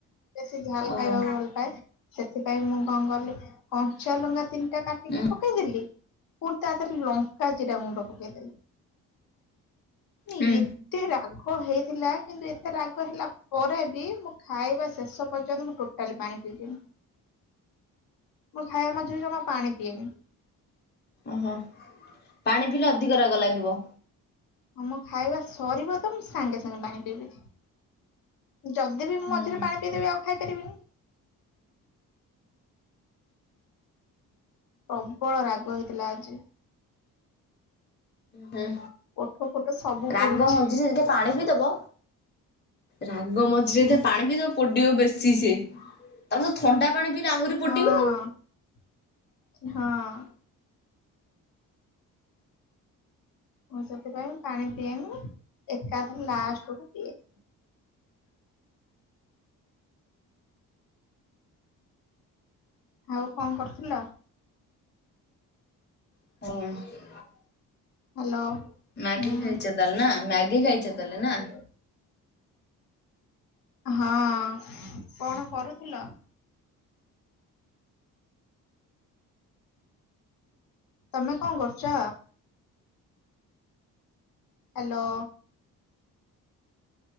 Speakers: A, on the left (about 65°); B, on the left (about 25°).
A: ବେଶୀ ଝାଲ
B: ଓହୋ
A: ଖାଇବାକୁ ଭଲ ପାଏ, ସେଥିପାଇଁ ମୁଁ କଣ କଲି କଞ୍ଚା ଲଙ୍କା ତିନିଟା କାଟିକି
B: ହୁଁ
A: ପକେଇଦଲି, ପୁଣି ତା ତାର ଲଙ୍କା ଜିରା ଗୁଣ୍ଡ ପକେଇଦେଲି। ମାନେ
B: ହୁଁ
A: ଏତେ ରାଗ ହେଇଥିଲା, କିନ୍ତୁ ଏତେ ରାଗ ହେଲା ପରେ ବି ମୁଁ ଖାଇବା ଶେଷ ପର୍ଯ୍ୟନ୍ତ ମୁଁ ଟୋଟାଲି ପାଣି ପିଇଲିନି। ମୁଁ ଖାଇବା ମଝିରେ ଜମା ପାଣି ପିଏନି।
B: ଓହୋ ପାଣି ପିଇଲେ ଅଧିକ ରାଗ ଲାଗିବ।
A: ହଁ ମୋ ଖାଇବା ସରିବ ତ ମୁଁ ସାଙ୍ଗେ ସାଙ୍ଗେ ପାଣି ପିଇବି। ଯଦି ଯଦିବି ମୁଁ
B: ହୁଁ
A: ମଝିରେ ପାଣି ପଇ ଦେବି ଆଉ ଖାଇପାରିବିନି। ପ୍ରବଳ ରାଗ ହେଇଥିଲା ଆଜି।
B: ହୁଁ
A: ଓଠ ଫୋଠ ସବୁ
B: ରାଗ
A: ପୋଡୁଛି
B: ମଝିରେ ଯଦି ପାଣି ପିଇ ଦବ ରାଗ ମଝିରେ
A: ହୁଁ
B: ଯଦି ପାଣି ପିଦେବ ପୋଡିବ ବେଶୀ। ଚି ସିଏ, ତାପରେ ଥଣ୍ଡା ପାଣି ପିଇଲେ ଆହୁରି
A: ହଁ।
B: ପୋଡିବ ଆଉ
A: ହଁ। ମୁଁ ସେଥିପାଇଁ ପାଣି ପିଏନି। ଏକାଥରେ ଲାଷ୍ଟକୁ ପିଏ। ଆଉ କଣ କରୁଥିଲ?
B: ହଁ
A: ହ୍ୟାଲୋ।
B: ମ୍ୟାଗି
A: ହୁଁ
B: ଖାଇଛ ତାହେଲେ ନା। ମ୍ୟାଗି ଖାଇଛ ତାହେଲେ ନା?
A: ଁ ହଁ। କଣ କରୁଥିଲ? ତମେ କଣ କରୁଛ? ହ୍ୟାଲୋ